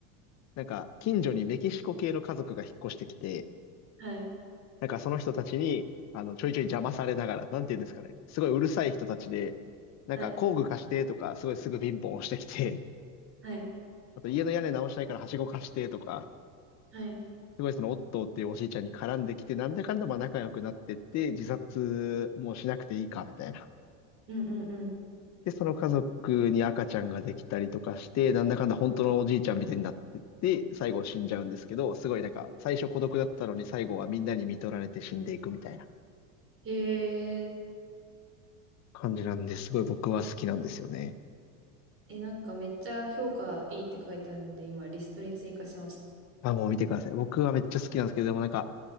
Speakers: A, on the left; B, on the right.
A: なんか近所にメキシコ系の家族が引っ越してきて、
B: はい、
A: なんかその人たちに、あの、ちょいちょい邪魔されながら、なんていうんですかね、すごいうるさい人たちで、なんか工具貸してとか、
B: はい、
A: すごいすぐピンポン押してきて、
B: はい、
A: あと家の屋根直したいからはしご貸してとか、
B: はい。
A: すごいそのオットーっていうおじいちゃんに絡んできて、なんだかんだまあ仲良くなってって、自殺もうしなくていいか、みたいな。
B: うん、うん、うん。
A: で、その家族に赤ちゃんができたりとかして、なんだかんだ本当のおじいちゃんみたいになってって、最後死んじゃうんですけど、すごいなんか、最初孤独だったのに最後はみんなに見取られて死んでいくみたいな
B: えー、
A: 感じなんで、すごい僕は好きなんですよね。
B: え、なんかめっちゃ評価いいって書いてあるんで、今リストに追加しました。
A: あ、もう見てください。僕はめっちゃ好きなんですけど、でもなんか、